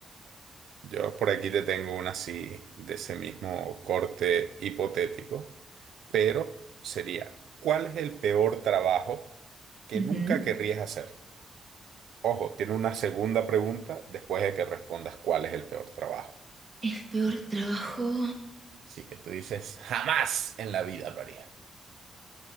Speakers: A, on the right (about 85°); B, on the right (about 25°).
A: Yo por aquí te tengo una así de ese mismo corte hipotético. pero sería, ¿cuál es el peor trabajo que
B: Ujú.
A: nunca querrías hacer? Ojo, tiene una segunda pregunta después de que respondas cuál es el peor trabajo.
B: El peor trabajo.
A: Así que tú dices, jamás en la vida lo haría.